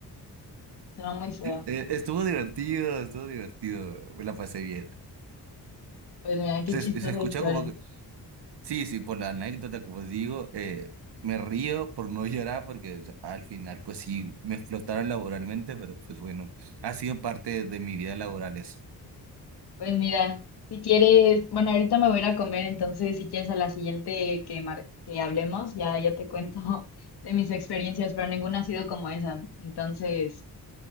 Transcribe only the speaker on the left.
Suena muy feo.
Pues mira, qué
chistosa
historia.
Pues mira, si quieres, bueno, ahorita me voy a ir a comer, entonces si quieres a la siguiente que, mar- que hablemos, ya, ya te cuento <laughs> de mis experiencias, pero ninguna ha sido como esa. Entonces,